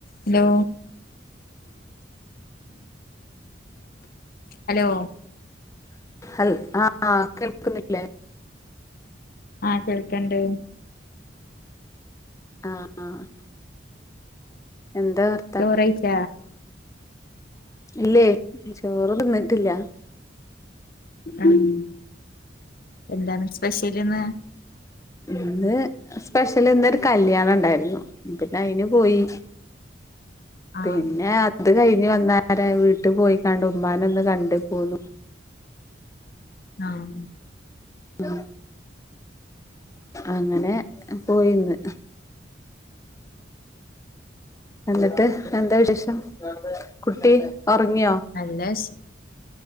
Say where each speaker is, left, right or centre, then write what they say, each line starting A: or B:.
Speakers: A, on the left; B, on the left.
A: ഹലോ, ഹലോ
B: ഹൽ ആഹ് കേൾക്കുന്നില്ലേ?
A: ആഹ്, കേൾക്ക്ണ്ട്.
B: ആഹ്, ആഹ് എന്താ വർ
A: ചോറയിച്ച?
B: ഇല്ലേ ചോറ് തിന്നിട്ടില്ല.
A: ഉം എന്താണ് സ്പെഷ്യലിന്ന്
B: ഇന്ന് സ്പെഷ്യല് ഇന്ന് ഒരു കല്യാണം ഉണ്ടായിരുന്നു പിന്നെ അയിന് പോയി
A: ആഹ്
B: പിന്നെ ഇത് കഴിഞ്ഞ് വന്ന് നേരെ വീട്ടിൽ പോയിക്കണ്ട് ഉമ്മാന ഒന്ന് കണ്ട് പോന്നു
A: ആഹ്
B: ഉം അങ്ങനെ പോയിന്ന് എന്നിട്ട് എന്താ വിശേഷം കുട്ടി ഉറങ്ങിയോ
A: നല്ല വിശ്